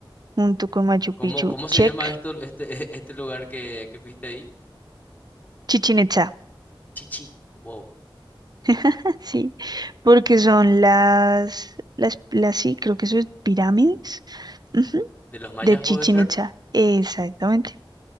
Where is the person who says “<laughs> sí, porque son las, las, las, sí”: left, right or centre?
Right